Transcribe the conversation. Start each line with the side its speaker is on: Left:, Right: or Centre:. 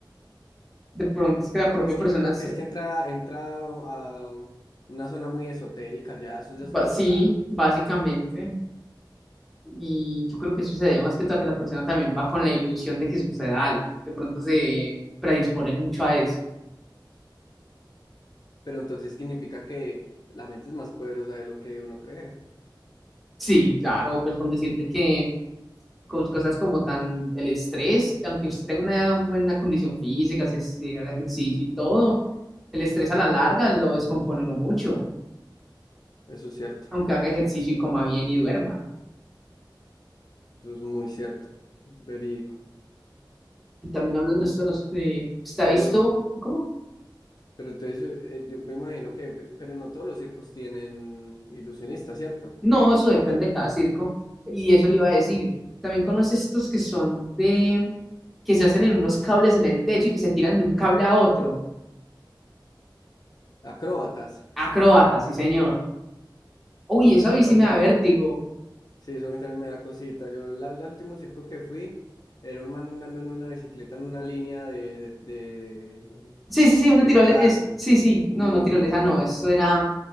Centre: de pronto es que la propia
Left: Es
Centre: persona
Left: que yo creo
Centre: se,
Left: que es que entra, entra a una zona muy esotérica, ya eso
Centre: va-
Left: ya es muy
Centre: sí,
Left: volado.
Centre: básicamente, y yo creo que eso se debe más que todo a que la persona también va con la ilusión de que suceda algo, de pronto se predisponen mucho a eso.
Left: Pero entonces significa que la mente es más poderosa de lo que uno cree.
Centre: Sí, claro, pues con decirle que con cosas como tan el estrés, que aunque usted tenga una buena condición física, se, se haga ejercicio y todo, el estrés a la larga lo descompone no mucho,
Left: Eso es cierto,
Centre: aunque haga ejercicio y coma bien y duerma.
Left: eso es muy cierto, es verídico.
Centre: Y también hablando
Left: Y-
Centre: de esto, de los, de- ¿usted
Left: Pero,
Centre: ha visto, cómo?
Left: pero entonces eh, yo me imagino que, pe- pero no todos los circos tienen ilusionistas, ¿cierto?
Centre: No, eso depende de cada circo. Y eso le iba a decir. También conoces estos que son de, que se hacen en unos cables en el techo y que se tiran de un cable a otro.
Left: Acróbatas.
Centre: Acrobatas, sí, señor. Uy,
Left: Uf,
Centre: eso
Left: hace
Centre: a mí
Left: rato,
Centre: sí me da vértigo.
Left: sí, eso a mí también me da cosita. Yo la, el último circo que fui era un man andando en una bicicleta en una línea de, de, de
Centre: Sí, sí, sí, una
Left: de
Centre: tirole
Left: metal.
Centre: es, sí, sí,
Left: Uy,
Centre: no, no tirolesa,
Left: no.
Centre: no, eso era,